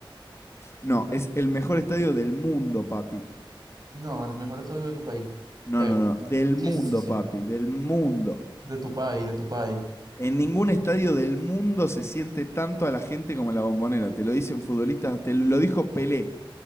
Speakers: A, on the left (about 30°); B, on the right (about 50°).
A: No, es el mejor estadio del mundo, papi.
B: No, el mejor estadio de tu país.
A: No,
B: Pego.
A: no, no, del
B: Sí,
A: mundo,
B: sí, sí, sí.
A: papi, del mundo.
B: De tu país, de tu país.
A: En ningún estadio del mundo se siente tanto a la gente como en la bombonera. Te lo dicen futbolistas, te lo dijo Pelé